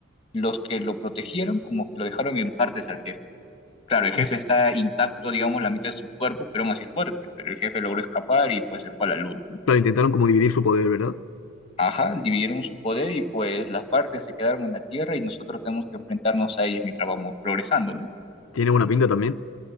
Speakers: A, on the left; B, on the left.
A: los que lo protegieron como que lo dejaron en partes al jefe. Claro, el jefe
B: Ujú.
A: está intacto, digamos, la mitad de su cuerpo, pero aún así es fuerte, pero el jefe logró escapar y pues se fue a la luna, ¿no?
B: Claro, intentaron como dividir su poder, ¿verdad?
A: Ajá, dividieron su poder y pues las partes se quedaron en la Tierra y nosotros tenemos que enfrentarnos a ellas mientras vamos progresando, ¿no?
B: Tiene buena pinta también.